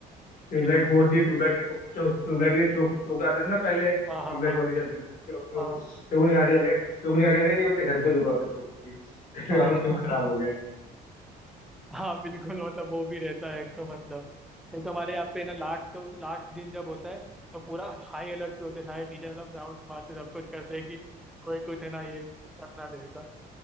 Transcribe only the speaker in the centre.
ये तो मतलब
हाँ हाँ हाँ
हाँ
हाँ
हाँ।
हाँ बिल्कुल मतलब वो भी रहता है एक तो मतलब एक तो हमारे यहाँ पे ना लास्ट लास्ट दिन जब होता है तो पूरा हाई अलर्ट पे होते हैं सारे टीचर मतलब राउंड्स मारते सब कुछ करते हैं कि कोई कुछ है ना ये करना देता